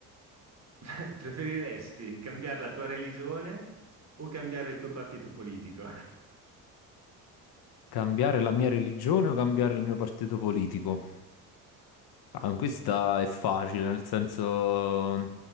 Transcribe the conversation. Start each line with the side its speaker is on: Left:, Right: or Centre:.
Right: <laughs> Preferiresti cambiare la tua religione o cambiare il tuo partito politico?
Left: cambiare la mia religione o cambiare il mio partito politico? Ah, questa è facile, nel senso,